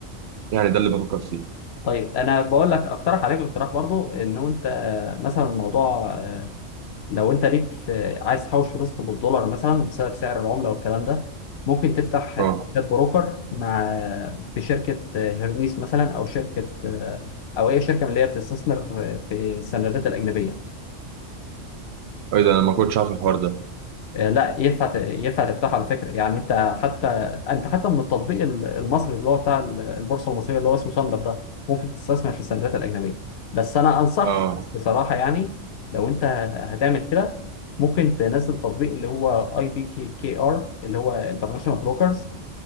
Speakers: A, on the right; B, on the left.
A: يعني ده اللي بفكر فيه
B: طيب انا بقول لك اقترح عليك اقتراح برضو انه انت آه، مثلا الموضوع آه، لو انت ليك في عايز تحوش فلوسك بالدولار مثلا بسبب سعر العمله والكلام ده ممكن تفتح آه،
A: اه
B: حساب بروكر مع في شركه آه، هيرميس مثلا او شركه آه، او اي شركه من اللي هي بتستثمر في في السندات الاجنبيه
A: ايه ده انا ما كنتش عارف الحوار ده
B: آه، لا ينفع ت- ينفع تفتحه على فكره يعني انت حتى انت حتى من التطبيق ال- المصري اللي هو بتاع ال- البورصه المصريه اللي هو اسمه ساندر ده ممكن تستثمر في السندات الاجنبيه بس انا انصح
A: اه
B: بصراحه يعني لو انت هتعمل كده ممكن تنزل تطبيق اللي هو اي بي كي ار اللي هو انترناشونال بروكرز